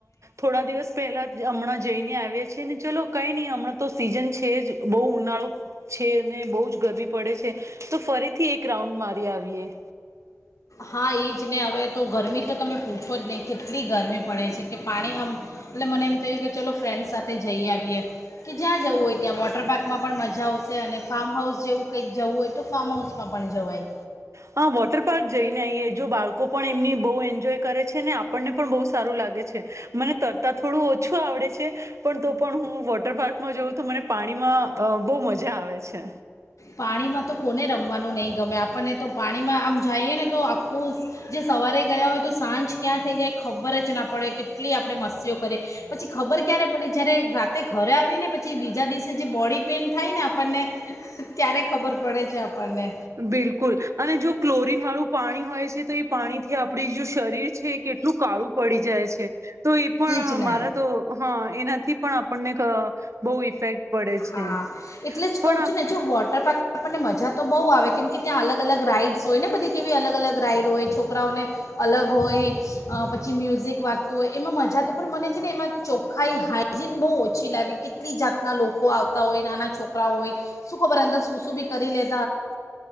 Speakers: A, on the right; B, on the left.
A: થોડા દિવસ પહેલા હમણાં જઈને આવ્યા છેએ ને ચલો કઈ નહી હમણાં તો સીઝન છે જ બહુ ઉનાળો છે બહુ જ ગરમી પડે છે તો ફરીથી એક રાઉન્ડ મારી આવીએ
B: હા એ જ ને હવે તો ગરમી તો તમે પૂછો જ નહીં કેટલી ગરમી પડે છે કે પાણી આમ એટલે મને એમ થયું કે ચલો ફ્રેન્ડસ સાથે જઈ આવીએ કે જ્યાં જવું હોય ત્યાં વોટર પક માં પણ મજા આવશે અને ફાર્મ હાઉસ જેવું કંઈક જવું હોય તો ફાર્મ હાઉસમાં પણ જવાય
A: હા વોટર પાર્ક જઈને આઈએ જો બાળકો પણ એમની બહુ એન્જોય કરે છે ને આપણને પણ બહુ સારું લાગે છે મને તરતા થોડું ઓછું આવડે છે પણ તો પણ હું વોટર પાર્કમાં જોઉં તો મને પાણીમાં બહુ મજા આવે છે
B: પાણીમાં તો કોને રમવાનું નહીં ગમે આપણને તો પાણીમાં આમ જઈએ ને તો આખું જે સવારે ગયા હોય તો સાંજ ક્યાં થઈ જાય ખબર જ ના પડે કેટલી આપણે મસીઓ કરીએ પછી ખબર ક્યારે પડે જ્યારે રાતે ઘરે આવી ને પછી બીજા દિવસે જે બોડી પેઇન થાય ને આપણને ક્યારે ખબર પડે છે આપણને
A: બિલકુલ અને જો ક્લોરીન વાળું પાણી હોય છે તો એ પાણીથી આપડી જો શરીર છે એ કેટલું કાળું પડી જાય છે તો એ પણ
B: જ ને
A: મારે તો હા એનાથી પણ આપણને બહુ ઇફેક્ટ પડે છે
B: હા એટલે જ
A: પણ
B: કહું
A: આપ
B: છ ને જો વોટર પાર્ક આપણને મજા તો બહુ આવે કેમ કે ત્યાં અલગ અલગ રાઈડ્સ હોય ને બધી કેવી અલગ અલગ રાઈડ હોય છોકરાઓને અલગ હોય પછી મ્યુઝિક વાગતું હોય એમાં મજા તો પણ મને છે ને એમાં ચોખ્ખાાઈ હાઈજીન બહુ ઓછી લાગે કેટલી જાતના લોકો આવતા હોય નાના છોકરાઓ હોય શું ખબર અંદર શું શું બી કરી લે